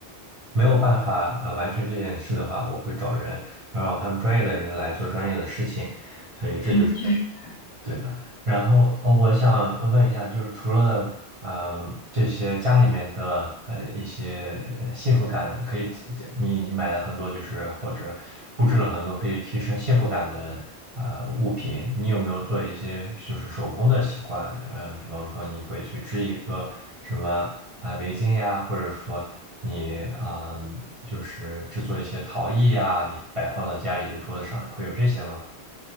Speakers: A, on the right (about 40°); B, on the left (about 70°).
A: 没有办法呃完成这件事的话，我会找人，然后让他们专业的人来做专业的事情。所以这就是。
B: 嗯，确实。
A: 对的，然后呃，我想问一下，就是除了啊、呃这些家里面的呃一些呃幸福感，可以提你你买了很多，就是或者布置了很多可以提升幸福感的呃物品，你有没有做一些就是手工的习惯？嗯、比方说你会去织一个什么啊、围巾呀，或者说你啊、就是制作一些陶艺呀，你摆放到家里的桌子上，会有这些吗？